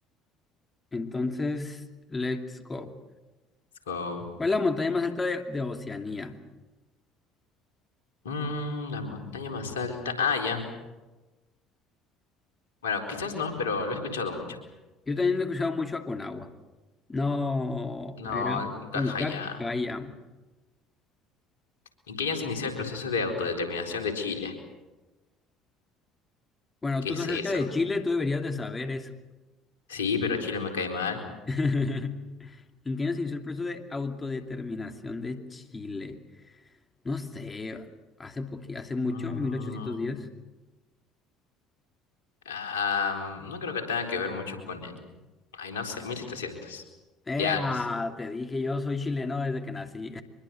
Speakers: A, on the left; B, on the left.
A: entonces, let's go.
B: Let's go.
A: ¿Cuál es la montaña más alta de, de Oceanía?
B: Mm, la montaña más alta. Ah, ya. Bueno, quizás no, pero lo he escuchado mucho.
A: Yo también he escuchado mucho a Conagua. No,
B: No,
A: era
B: encaja
A: Puncac
B: ya.
A: Caya.
B: ¿En qué año se inició el proceso de autodeterminación de Chile?
A: Bueno,
B: ¿Qué
A: tú
B: es
A: estás cerca
B: eso?
A: de Chile, tú deberías de saber eso.
B: Sí, pero Chile me cae mal.
A: <laughs> ¿En qué año se inició el proceso de autodeterminación de Chile? No sé, hace poqui, hace mucho,
B: Mm,
A: 1810.
B: ah, mm, no creo que tenga que ver mucho con el... Ay, no sé, 1700.
A: ¡Ea!
B: Diablos.
A: Te dije, yo soy chileno desde que nací.